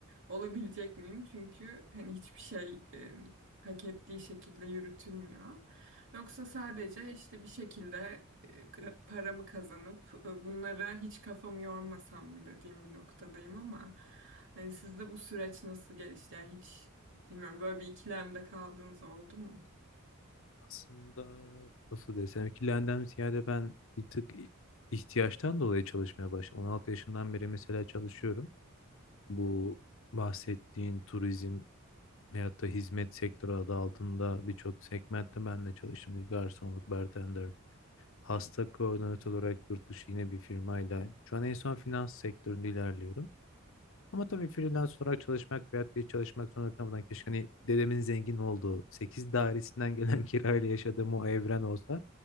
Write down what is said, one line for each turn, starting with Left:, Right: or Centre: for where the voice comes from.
Right: olabilecek miyim? Çünkü hani hiçbir şey e, hak ettiği şekilde yürütülmüyor. Yoksa sadece işte bir şekilde e, k- paramı kazanıp e, bunlara hiç kafamı yormasam mı dediğim bir noktadayım ama hani sizde bu süreç nasıl gelişti? Yani hiç Bilmem böyle bir ikilemde kaldığınız oldu mu?
Left: Aslında Nasıl desem ikilenden ziyade ben bir tık ihtiyaçtan dolayı çalışmaya başladım. 16 yaşından beri mesela çalışıyorum. Bu bahsettiğin turizm veyahut da hizmet sektörü adı altında birçok segmentte ben de çalıştım. Garsonluk, bartender, hasta koordinatör olarak yurt dışı yine bir firmayla. Şu an en son finans sektöründe ilerliyorum. Ama tabii freelance olarak çalışmak veyahut da hiç çalışmak zorunda kalmadan keşke hani dedemin zengin olduğu 8 dairesinden gelen <laughs> kirayla yaşadığım o evren olsa